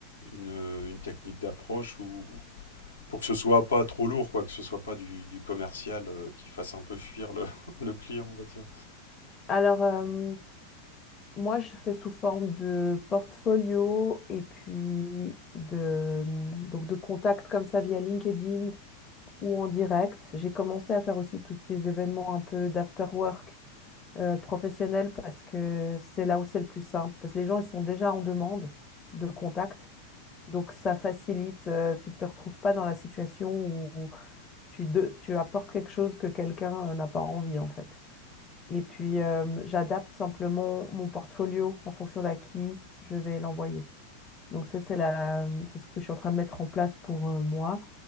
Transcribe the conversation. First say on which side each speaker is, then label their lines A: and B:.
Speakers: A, on the left; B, on the left.
A: une, une technique d'approche ou pour que ce soit pas trop lourd, quoi, que ce soit pas du, du commercial euh, qui fasse un peu fuir le, <laughs> le client, on va dire.
B: Alors, euh, moi, je fais sous forme de portfolio et puis de, donc de contacts comme ça via LinkedIn ou en direct. J'ai commencé à faire aussi tous ces événements un peu d'after work euh, professionnel parce que c'est là où c'est le plus simple. Parce que les gens, ils sont déjà en demande de contact. Donc ça facilite, euh, tu ne te retrouves pas dans la situation où tu, de- tu apportes quelque chose que quelqu'un euh, n'a pas envie en fait. Et puis euh, j'adapte simplement mon portfolio en fonction d'à qui je vais l'envoyer. Donc ça, c'est la, c'est ce que je suis en train de mettre en place pour euh, moi.